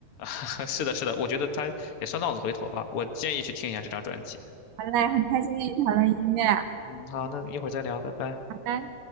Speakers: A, on the left; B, on the right.
A: <laughs> 是的，是的，我觉得他也算浪子回头吧。我建议去听一下这张专辑。
B: 好嘞，很开心跟你讨论音乐，
A: 嗯，好，那一会儿再聊，拜拜。
B: 拜拜。